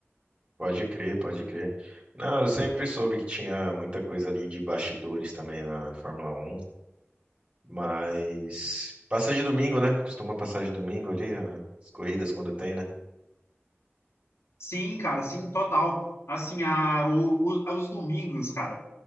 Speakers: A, on the right; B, on the left.
A: Pode crer, pode crer. Não, eu sempre soube que tinha muita coisa ali de bastidores também na Fórmula 1. Mas passa de domingo, né? Costuma passar de domingo ali, ó, as corridas quando tem, né?
B: Sim, cara, sim, total. Assim, a, o, o- os domingos, cara.